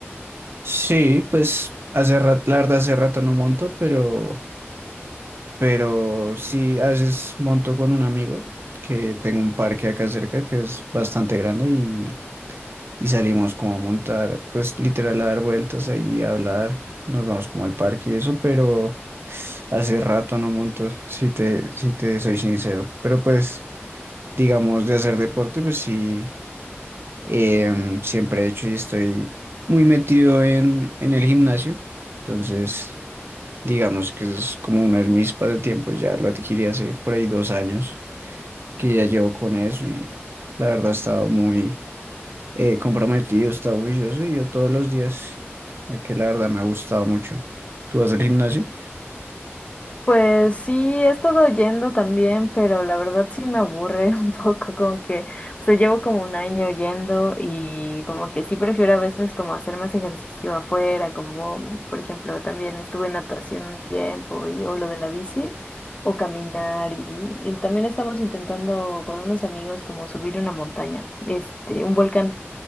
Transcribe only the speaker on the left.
Pues sí, he estado yendo también, pero la verdad sí me aburre <laughs> un poco, como que, o sea, llevo como un año yendo y como que sí prefiero a veces como hacer más ejercicio afuera, como mm, por ejemplo también estuve en natación un tiempo y o lo de la bici o caminar y, y también estamos intentando con unos amigos como subir una montaña, este, un volcán.